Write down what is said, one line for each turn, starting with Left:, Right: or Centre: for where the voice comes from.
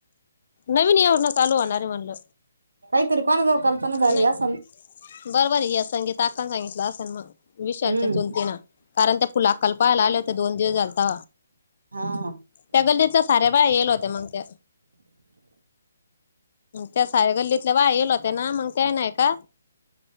Left: नवीन एवजना चालू होणारे म्हणलं
Right: काहीतरी कोणाजवळ कल्पना झाली
Left: नाही
Right: असं
Left: बरबर या संगीता अक्का न सांगितलं असत मग विशालच्या
Right: हम्म
Left: चुलती ना कारण त्या फुला अक्का ला पाहायला आले होते दोन दिवस झालता
Right: हा हा
Left: त्या गल्लीतल्या साऱ्या बाया येल होत्या मग त्या त्या हाय गल्लीत बाया याला होत ना मग त्या नाय का